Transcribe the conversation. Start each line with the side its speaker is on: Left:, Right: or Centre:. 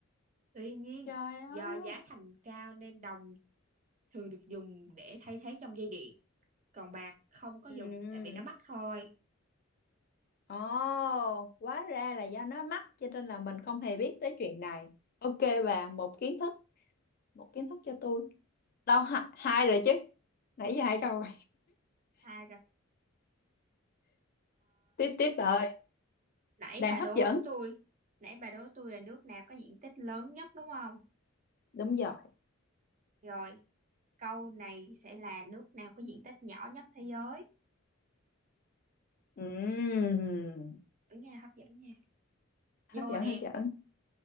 Right: Tuy nhiên,
Left: trời ơi
Right: do giá thành cao nên đồng thường được dùng để thay thế trong dây điện, còn bạc không có
Left: Ừ.
Right: dùng tại vì nó mắc thôi.
Left: Ồ, hóa ra là do nó mắc cho nên là mình không hề biết tới chuyện này. Ok bà, một kiến thức, một kiến thức cho tôi. Đâu hai, hai rồi chứ. Nãy giờ hai câu rồi.
Right: À rồi,
Left: Tiếp tiếp bà ơi,
Right: nãy
Left: đang
Right: bà
Left: hấp
Right: đố
Left: dẫn.
Right: tôi, nãy bà đố tôi là nước nào có diện tích lớn nhất đúng không?
Left: Đúng rồi.
Right: Rồi, câu này sẽ là nước nào có diện tích nhỏ nhất thế giới.
Left: Ừm,
Right: Ở nghe hấp dẫn nha.
Left: Hấp
Right: Vô
Left: dẫn
Right: nè,
Left: hấp dẫn.